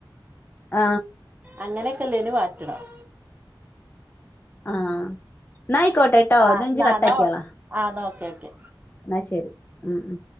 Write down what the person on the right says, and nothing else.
അങ്ങനെയൊക്കെല്ലേന് മാറ്റണം
ആഹ്
ന്നാ
ന്നാ ആഹ് ന്നാ ഓക്കെ ഓക്കെ